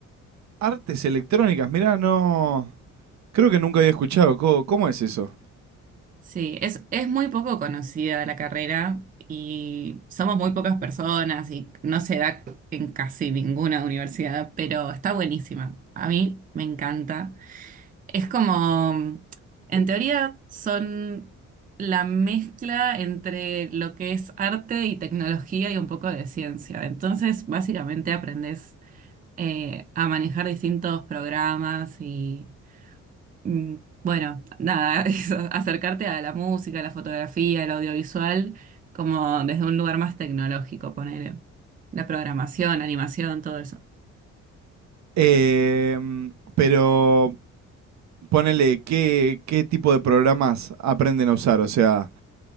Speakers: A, on the right; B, on the right.
A: Artes electrónicas, mirá, no. Creo que nunca había escuchado. ¿Cómo, cómo es eso?
B: Sí, es, es muy poco conocida la carrera y somos muy pocas personas y no se da en casi ninguna universidad, pero está buenísima. A mí me encanta. Es como, en teoría, son la mezcla entre lo que es arte y tecnología y un poco de ciencia. Entonces, básicamente aprendes eh, a manejar distintos programas y, mm, bueno, nada, <laughs> eso, acercarte a la música, a la fotografía, el audiovisual, como desde un lugar más tecnológico, poner La programación, animación, todo eso.
A: Em, pero ponele, ¿qué, qué tipo de programas aprenden a usar? O sea.